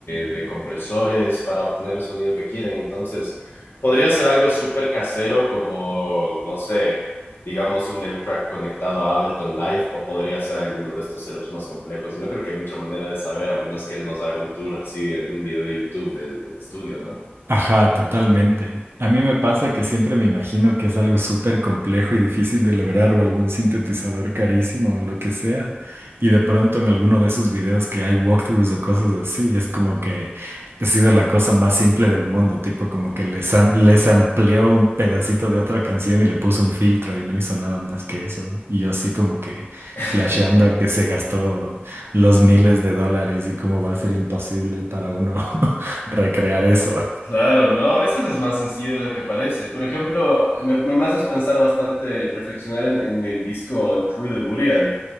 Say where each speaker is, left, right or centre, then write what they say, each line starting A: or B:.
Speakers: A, on the left; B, on the right.
A: de compresores para obtener el sonido que quieren. Entonces, podría ser algo súper casero como, no sé, digamos un M-Track conectado a Ableton Live o podría ser alguno de estos setups más complejos. No creo que hay mucha manera de saber a menos que él nos haga un tour así en un video de YouTube del, del estudio, ¿no?
B: Ajá, totalmente.
A: Ah.
B: A mí me pasa que siempre me imagino que es algo súper complejo y difícil de lograr o algún sintetizador carísimo o lo que sea. Y de pronto en alguno de esos videos que hay walkthroughs o cosas así, es como que ha sido la cosa más simple del mundo, tipo como que les, am- les amplió un pedacito de otra canción y le puso un filtro y no hizo nada más que eso. Y yo así como que
A: <laughs>
B: flasheando que se gastó los miles de dólares y cómo va a ser imposible para uno. <laughs> recrear eso.
A: Claro, ¿no? A veces es más sencillo de lo que parece. Por ejemplo, me, me me haces pensar bastante, reflexionar en, en el disco en True the Burial.